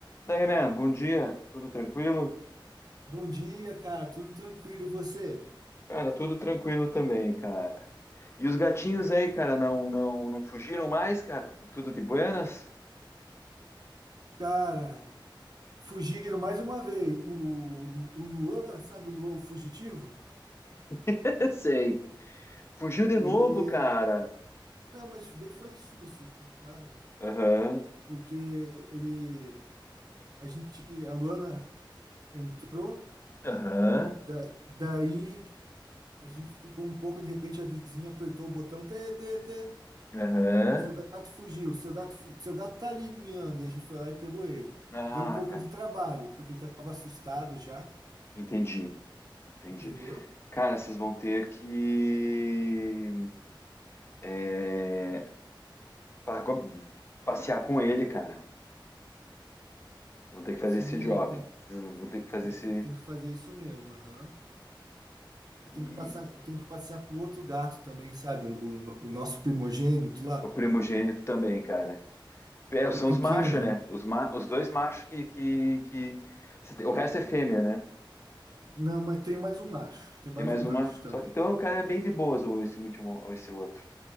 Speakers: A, on the left; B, on the right.
A: Daí, man, bom dia. Tudo tranquilo?
B: Bom dia, cara. Tudo tranquilo e você?
A: Cara, tudo tranquilo também, cara. E os gatinhos aí, cara, não não não fugiram mais, cara? Tudo de buenas?
B: Cara, fugiram mais uma vez. O, o Luan, sabe o Luan, o fugitivo?
A: <laughs> Sei. Fugiu de
B: Ele.
A: novo, cara.
B: Não, mas daí foi susto, sabe?
A: Aham.
B: Porque ele. A gente. A Luana entrou,
A: Aham.
B: da, daí a gente ficou um pouco, de repente a vizinha apertou o botão, tê, tê, tê.
A: Aham.
B: Seu gato fugiu, seu gato, fu- seu gato tá ali miando. E a gente foi lá e pegou ele.
A: Ah,
B: Deu um pouco
A: cara.
B: de trabalho, porque ele tava assustado já,
A: Entendi. Entendi.
B: entendeu?
A: Cara, vocês vão ter que é, pa- com- passear com ele, cara. Vão ter que fazer
B: Sim,
A: esse job.
B: tem,
A: Vocês vão ter que fazer
B: tem,
A: esse
B: co- tem que fazer isso mesmo, aham. Eu
A: e
B: tenho que passar, eu tenho que passear com o outro gato também, sabe? O, o, o nosso primogênito lá,
A: o primogênito também, cara. É, são
B: o pequeno.
A: os machos, né? Os, ma- os dois machos que, que, que. O resto é fêmea, né?
B: Não, mas tem mais um macho, tem mais
A: Tem mais
B: um
A: uma.
B: macho também.
A: Só que então o cara é bem de boas, ou esse último, ou esse outro.